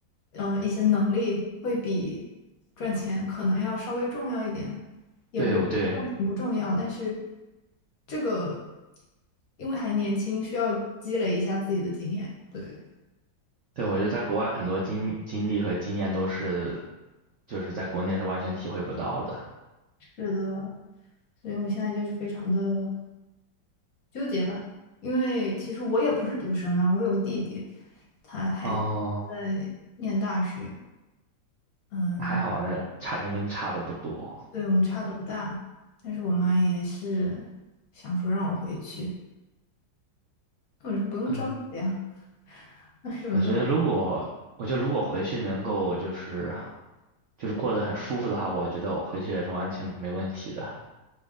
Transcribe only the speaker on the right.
对，我对
对，我觉得在国外很多经经历和经验都是。就是在国内是完全体会不到的。
哦，
还好啊那差年龄差的不多。
嗯
我觉得如果，我觉得如果回去能够就是就是过得很舒服的话，我觉得我回去也是完全没问题的。